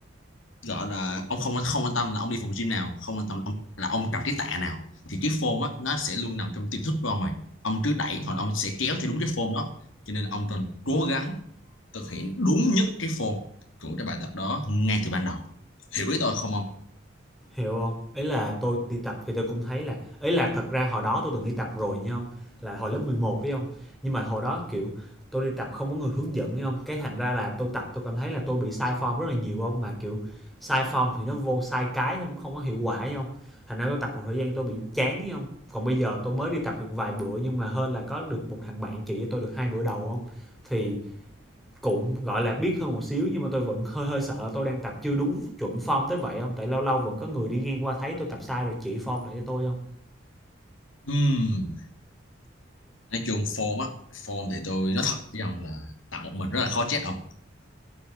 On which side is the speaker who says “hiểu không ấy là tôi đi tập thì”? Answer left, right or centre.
Centre